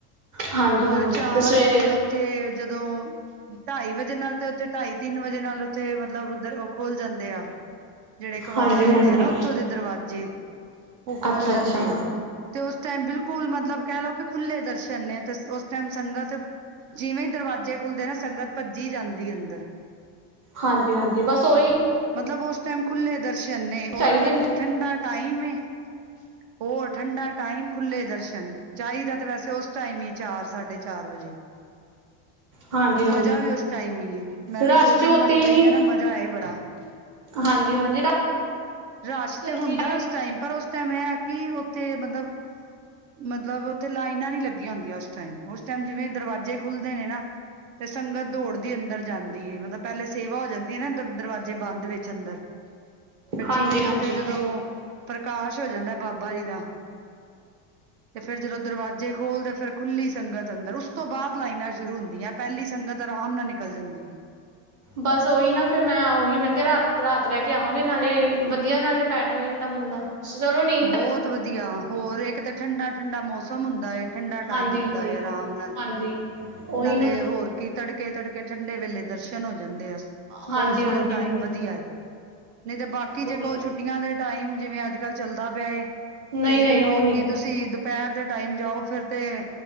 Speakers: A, on the right; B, on the right.
A: ਹਾਂਜੀ
B: ਹੋਰ
A: ਹਾਂਜੀ
B: ਚਾਰ
A: ਫਿਰ ਸਵੇਰੇ
B: ਵਜੇ ਉੱਥੇ ਜਦੋਂ, ਢਾਈ ਵਜੇ ਨਾਲ ਤੇ ਉੱਥੇ ਢਾਈ ਤਿੰਨ ਵਜੇ ਨਾਲ ਉੱਥੇ, ਮਤਲਬ ਉਹ ਖੋਲ ਜਾਂਦੇ ਆ ਜਿਹੜੇ ਕਵਾਰੜ
A: ਹਾਂਜੀ
B: ਹੁੰਦੇ
A: ਹਾਂਜੀ
B: ਆ ਨਾ ਉੱਥੋਂ ਦੇ ਦਰਵਾਜ਼ੇ, ਉਹ ਖੋਲ
A: ਅੱਛਾ
B: ਜਾਂਦੇ
A: ਅੱਛਾ
B: ਆ। ਤੇ ਉਸ ਟਾਈਮ ਬਿਲਕੁਲ ਮਤਲਬ ਕਹਿ ਲਓ, ਕਿ ਖੁੱਲ੍ਹੇ ਦਰਸ਼ਨ ਨੇ ਤੇ ਉਸ ਟਾਈਮ ਸੰਗਤ ਜਿਵੇਂ ਹੀ ਦਰਵਾਜ਼ੇ ਖੁੱਲਦੇ ਨਾ, ਸੰਗਤ ਭੱਜੀ ਜਾਂਦੀ ਅੰਦਰ।
A: ਹਾਂਜੀ ਹਾਂਜੀ, ਬਸ ਉਹੀ
B: ਮਤਲਬ ਉਸ ਟਾਈਮ ਖੁੱਲ੍ਹੇ ਦਰਸ਼ਨ ਨੇ,
A: ਚਾਹੀਦੇ
B: ਔਰ ਇੱਕ ਠੰਡਾ ਟਾਈਮ ਏ ਉਹ ਠੰਡਾ ਟਾਈਮ, ਖੁੱਲੇ ਦਰਸ਼ਨ, ਚਾਹੀਦਾ ਤੇ ਵੈਸੇ ਉਸ ਟਾਈਮ ਹੀ ਚਾਰ ਸਾਢੇ ਚਾਰ ਵਜੇ,
A: ਹਾਂਜੀ ਹਾਂਜੀ
B: ਮਜਾ ਵੀ ਉਸ ਟਾਈਮ ਈ ਏ। ਮੈਂ ਵੀ
A: ਰਸ਼
B: ਦੋ
A: ਚ
B: ਤਿੰਨ
A: ਓਦਾਂ
B: ਵਾਰੀ
A: ਹੀ
B: ਗਈ
A: ਨੀ
B: ਆ ਨਾ, ਮਜ਼ਾ ਆਏ ਬੜਾ
A: ਹਾਂਜੀ ਹਾਂਜੀ
B: ਰਸ਼
A: ਗਰਮੀ
B: ਤੇ ਹੁੰਦਾ
A: ਦੇ
B: ਉਸ ਟਾਈਮ, ਪਰ ਉਸ ਟਾਈਮ ਇਹ ਹੈ ਕਿ ਉੱਥੇ ਮਤਲਬ ਮਤਲਬ ਉੱਥੇ ਲਾਈਨਾਂ ਨੀ ਲੱਗੀਆਂ ਹੁੰਦੀਆਂ ਉਸ ਟਾਈਮ, ਉਸ ਟਾਈਮ ਜਿਵੇਂ ਦਰਵਾਜ਼ੇ ਖੁੱਲ੍ਹਦੇ ਨੇ ਨਾ ਤੇ, ਸੰਗਤ ਦੌੜ ਦੀ ਅੰਦਰ ਜਾਂਦੀ ਹੈ, ਮਤਲਬ ਪਹਿਲੇ ਸੇਵਾ ਹੋ ਜਾਂਦੀ ਹੈ ਨਾ, ਦਰ ਦਰਵਾਜ਼ੇ ਬੰਦ ਵਿੱਚ ਅੰਦਰ ਫਿਰ
A: ਹਾਂਜੀ
B: ਜਿਵੇਂ ਹੀ
A: ਹਾਂਜੀ
B: ਉੱਥੇ ਜਦੋਂ, ਪ੍ਰਕਾਸ਼ ਹੋ ਜਾਂਦਾ ਬਾਬਾ ਜੀ ਦਾ ਤੇ ਫਿਰ ਜਦੋਂ ਦਰਵਾਜ਼ੇ ਖੋਲਦੇ, ਫਿਰ ਖੁੱਲੀ ਸੰਗਤ ਅੰਦਰ, ਉਸ ਤੋਂ ਬਾਅਦ ਲਾਈਨਾਂ ਸ਼ੁਰੂ ਹੁੰਦੀਆਂ। ਪਹਿਲੀ ਸੰਗਤ, ਆਰਾਮ ਨਾਲ ਨਿਕਲ ਜਾਂਦੀ ਹੈ।
A: ਬਸ ਉਹੀ ਨਾ ਫਿਰ, ਮੈਂ ਉਹੀ ਮੈਂ ਕਿਹਾ ਰਾਤ, ਰਾਤ ਰਹਿ ਕੇ ਆਵਾਂਗੇ ਨਾਲੇ ਵਧੀਆ ਨਾਲੇ ਬੈਠ ਹੋ ਜਾਂਦਾ ਬੰਦਾ ਚਲੋ ਨੀ
B: ਬਹੁਤ ਵਧੀਆ, ਹੋਰ ਇੱਕ ਤਾਂ ਠੰਡਾ- ਠੰਡਾ ਮੌਸਮ ਹੁੰਦਾ ਹੈ, ਠੰਡਾ
A: ਹਾਂਜੀ
B: ਟਾਈਮ ਹੁੰਦਾ
A: ਹਾਂਜੀ
B: ਹੈ ਆਰਾਮ ਨਾਲ।
A: ਹਾਂਜੀ। ਉਹੀ
B: ਨਾਲੇ
A: ਨਾ
B: ਹੋਰ ਕੀ ਤੜਕੇ ਤੜਕੇ ਠੰਡੇ ਵੇਲੇ ਦਰਸ਼ਨ ਹੋ ਜਾਂਦੇ ਆ।
A: ਹਾਂਜੀ
B: ਉਹ ਸਗੋਂ
A: ਹਾਂਜੀ
B: ਟਾਈਮ
A: ਉਹੀ
B: ਵਧੀਆ ਐ। ਨਈ ਤੇ ਬਾਕੀ
A: ਉਹੀ
B: ਜੇ ਕੋੋ ਛੁੱਟੀਆਂ ਦੇ ਟਾਈਮ ਜਿਵੇਂ ਅੱਜ-ਕੱਲ ਚੱਲਦਾ ਪਿਆ ਏ।
A: ਨਹੀਂ
B: ਤੇ ਜੇ
A: ਨਹੀਂ
B: ਕਹੋ
A: ਉਹ ਨਹੀਂ
B: ਕਿ ਤੁਸੀਂ ਦੁਪਹਿਰ ਦੇ ਟਾਈਮ ਜਾਓ ਫਿਰ ਤੇ